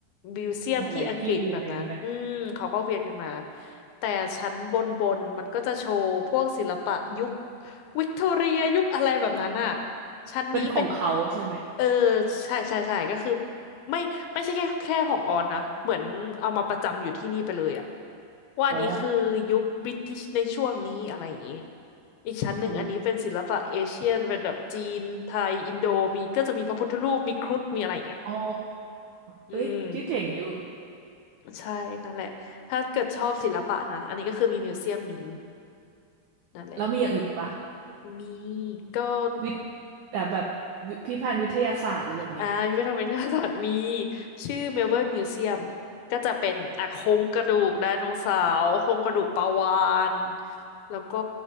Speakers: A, on the left; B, on the right.
A: มิวเซียมที่อังกฤษแบบนั้นอืมเขาก็เวียนกันมา
B: หลายๆที่อะไรอย่างงี้ไหม
A: แต่ชั้นบนบนมันก็จะโชว์พวกศิลปะยุควิกตอเรียยุคอะไรแบบนั้นอ่ะชั้นนี้เป็น
B: เป็นของเขาใช่ไหม
A: เออใช่ใช่ใช่ก็คือ ไม่ไม่ใช่แค่แค่ของออนนะเหมือนเอามาประจำอยู่ที่นี่ไปเลยอะว่าอันนี้คือยุคบริติชในช่วงนี้อะไรอย่างนี้
B: อ๋อ
A: อีกชั้นหนึ่งอันนี้เป็นศิลปะเอเชียนเป็นแบบจีนไทยอินโดมีก็จะมีพระพุทธรูปมีครุฑมีอะไรอย่างเงี้ย
B: โอ้อ๋อ
A: อืม
B: เอ้ยที่เจ๋งอยู่
A: <coughs> ใช่นั่นแหละถ้าเกิดชอบศิลปะนะอันนี้ก็คือมีมิวเซียมนี้นั่นแหละ
B: แล้วมีอย่างอื่นอีกป่ะ
A: มีก็
B: วิทย์แบบแบบวิพิพิธภัณฑ์วิทยาศาสตร์อะไรแบบนี้
A: อ่าพิพิธภัณฑ์วิทยาศาสตร์มีชื่อเมลเบิร์นมิวเซียมก็จะเป็นอ่ะโครงกระดูกไดโนเสาร์โครงกระดูกปลาวาฬแล้วก็